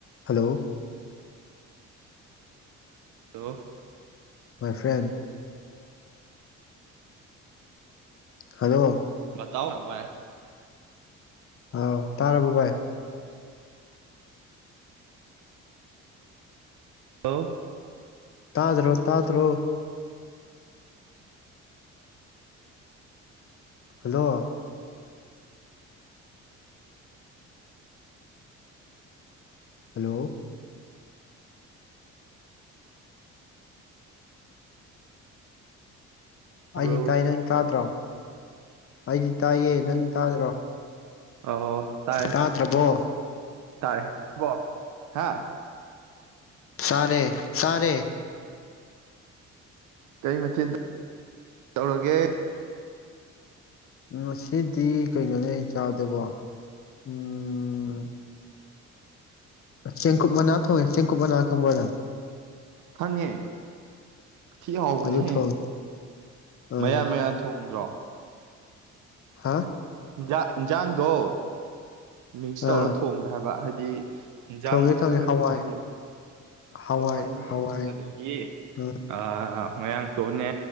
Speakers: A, on the left (about 45°); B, on the right (about 80°).
A: Hello
B: to
A: my friend hello
B: ꯑꯇꯥꯣ ꯅ ꯥꯏ
A: ꯑꯥꯎ ꯇꯥꯔꯥꯔꯕꯣ ꯕꯥꯚꯥꯏ
B: ꯍꯂꯣ
A: ꯇꯥꯗ꯭ꯔꯣ ꯇꯥꯗ꯭ꯔꯣ ꯍꯜꯂꯣ ꯍꯂꯣ
B: ꯇꯥꯕ꯭ꯔꯣ
A: ꯑꯩꯗꯤ ꯇꯥꯏ ꯅꯪ ꯇꯥꯗ꯭ꯔꯣ ꯑꯩꯗꯤ ꯇꯥꯏꯌꯦ ꯅꯪ ꯇꯥꯗ꯭ꯔꯣ
B: ꯑꯣ ꯇꯥꯏ
A: ꯇꯥꯗ꯭ꯔꯕꯣ
B: ꯇꯥꯔꯦ ꯣ ꯍꯥ
A: ꯁꯔꯦ ꯆꯔꯦ
B: ꯀꯔꯤ ꯃꯊꯦꯜ ꯇꯧꯔꯒꯦ
A: ꯉꯥꯁꯤꯗꯤ ꯀꯩꯅꯣꯅꯦ ꯑꯩ ꯆꯥꯕꯗꯨꯕꯨ ꯎꯝ ꯆꯦꯡꯀꯨꯞ ꯃꯅꯥ ꯊꯣꯡꯉꯦ ꯆꯦꯡꯀꯨꯞ ꯃꯅꯥ ꯈꯪꯕ꯭ꯔꯥ ꯅꯪ
B: ꯈꯪꯉ‌ꯦ ꯊꯤ ꯍꯥꯎꯕꯅꯦꯍ‌ꯦ
A: ꯑꯗꯨ ꯊꯣꯡꯉꯦ ꯑꯥ
B: ꯃꯌꯥꯟ ꯃꯌꯥꯟ ꯊꯣꯡꯗ꯭ꯔꯣ
A: ꯍꯥ
B: ꯏꯟꯖꯥꯡ ꯏꯟꯖꯥꯡꯗꯣ ꯃꯤꯛꯁ ꯇꯧꯔ
A: ꯑꯥ
B: ꯊꯣꯡꯗ꯭ꯔꯥ ꯍꯥꯏꯕ ꯍꯥꯏꯗꯤ ꯏ ꯍꯤꯟꯖꯥꯡ
A: ꯊꯣꯡꯉꯦ
B: ꯃꯈꯜ
A: ꯊꯣꯡꯉꯦ ꯍꯋꯥꯏ
B: ꯍꯥꯏꯗꯤ
A: ꯍꯋꯥꯏ
B: ꯍꯋꯥꯢꯅꯦ
A: ꯍꯋꯥꯏ
B: ꯑꯗꯒꯤ
A: ꯑꯥ
B: ꯑꯥ ꯃꯌꯥꯡꯇꯣꯟꯅꯦ